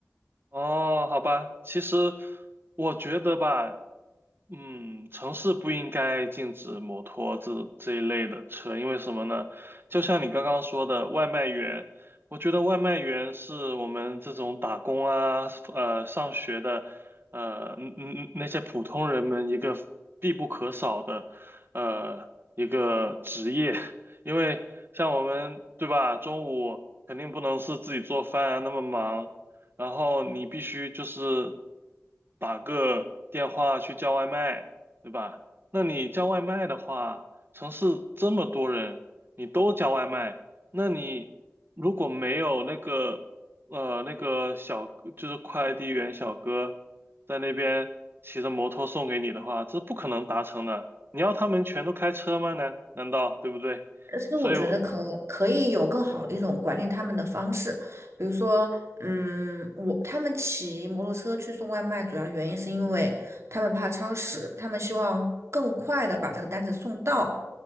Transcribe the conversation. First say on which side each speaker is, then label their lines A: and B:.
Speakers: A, on the right (about 45°); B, on the right (about 60°).
A: 哦，好吧，其实我觉得吧。嗯，城市不应该禁止摩托这这一类的车，因为什么呢？就像你刚刚说的，外卖员，我觉得外卖员是我们这种打工啊，呃，上学的，呃，嗯嗯嗯那些普通人们一个必不可少的，呃，一个职业，<laughs> 因为像我们，对吧？中午肯定不能是自己做饭啊，那么忙。然后你必须就是打个电话去叫外卖，对吧？那你叫外卖的话，城市这么多人，你都叫外卖，那你如果没有那个呃那个小就是快递员小哥在那边骑着摩托送给你的话，这不可能达成的。你要他们全都开车吗？难难道对不对？
B: 但是我觉得可可以有更好的一种管理他们的方式，
A: 所以我
B: 比如说，嗯，我他们骑摩托车去送外卖，主要原因是因为他们怕超时，他们希望更快的把这个单子送到，